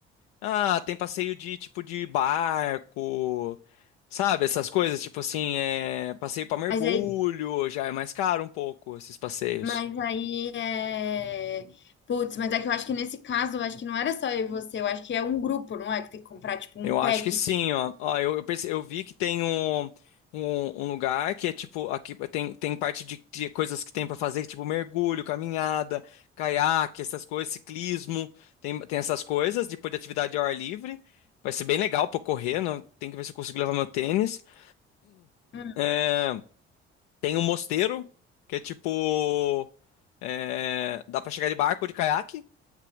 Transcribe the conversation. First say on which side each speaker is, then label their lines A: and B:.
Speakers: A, on the left; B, on the left.
A: Ah, tem passeio de tipo de barco, sabe? Essas coisas, tipo assim, é, passeio pra mergulho,
B: Mas aí,
A: já é mais caro um pouco esses passeios.
B: mas aí é... Putz, mas é que eu acho que nesse caso, eu acho que não era só eu e você, eu acho que é um grupo, não é? Que tem que comprar, tipo, um
A: Eu
B: pack.
A: acho que sim, ó. Ó, eu, eu, perce- eu vi que tem um, um, um lugar que é tipo, aqui tem, tem parte de, de coisas que tem pra fazer, tipo mergulho, caminhada, caiaque, essas coisas, ciclismo, tem, tem essas coisas, depois de atividade ao ar livre. Vai ser bem legal pra eu correr, não, tem que ver se eu consigo levar meu tênis. <clears throat>
B: Hum.
A: É, tem um mosteiro, que é tipo, é, dá pra chegar de barco ou de caiaque.